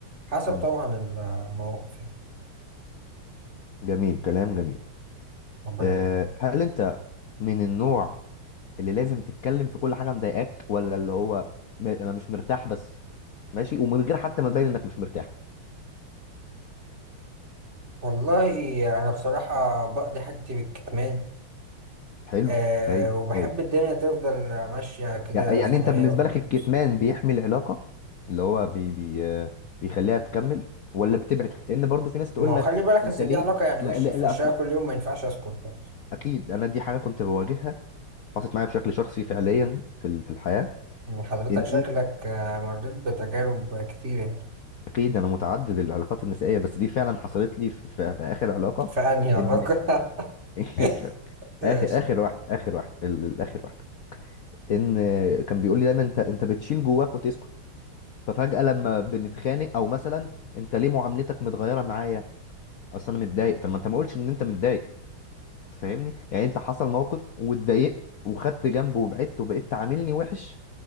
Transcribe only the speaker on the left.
مم.
جميل كلام جميل
أه
هل انت من النوع اللي لازم تتكلم في كل حاجة مضايقاك ولا اللي هو م- انا مش مرتاح بس ماشي ومن غير حتى ما تبين انك مش مرتاح
حلو
هايل
هايل
يع- يعني
انت
بالنسبة
لك الكتمان بيحمي العلاقة اللي هو بي بي آه، بيخليها تكمل ولا بتبعد لان برضو في ناس تقول
لك
انت
ليه
لا
لا
لا
أصل-
اكيد انا دي حاجة كنت بواجهها حصلت معايا بشكل شخصي فعليا في ال- في الحياة
اني
اكيد انا متعدد العلاقات النسائيه بس دي فعلا حصلت لي في, في, في اخر علاقه
ان <laughs>
اخر اخر واحد اخر واحد ال- ال- اخر واحد ان كان بيقول لي دايما انت انت بتشيل جواك وتسكت ففجاه لما بنتخانق او مثلا انت ليه معاملتك متغيره معايا اصل انا متضايق طب ما انت ما قلتش ان انت متضايق أنت فاهمني يعني انت حصل موقف واتضايقت وخدت جنب وبعدت وبقيت تعاملني وحش